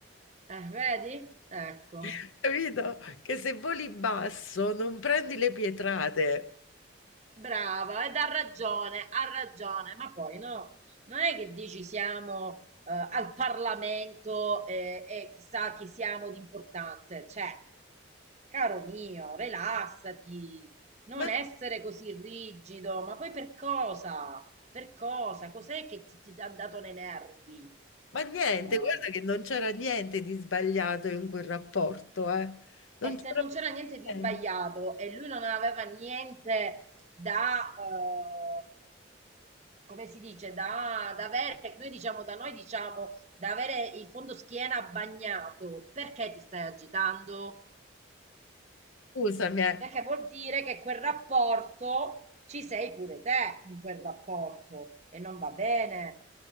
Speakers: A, on the right; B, on the left.
A: eh, vedi? Ecco.
B: <laughs> Capito? Che se voli basso non prendi le pietrate.
A: Brava, ed ha ragione, ha ragione, ma poi no, non è che dici siamo eh, al Parlamento eh, e chissà chi siamo di importante, cioè, caro mio, rilassati, non
B: Ma,
A: essere così rigido, ma poi per cosa? Per cosa? Cos'è che ti, ti ha dato nei nervi?
B: ma niente,
A: No.
B: guarda che non c'era niente di sbagliato in quel rapporto, eh. Non
A: E
B: c'era
A: se non c'era niente di
B: niente.
A: sbagliato e lui non aveva niente da, eh, come si dice, da, da avere, noi diciamo, da noi diciamo, da avere il fondo schiena bagnato, perché ti stai agitando?
B: Scusami, eh.
A: Perché vuol dire che quel rapporto ci sei pure te in quel rapporto e non va bene.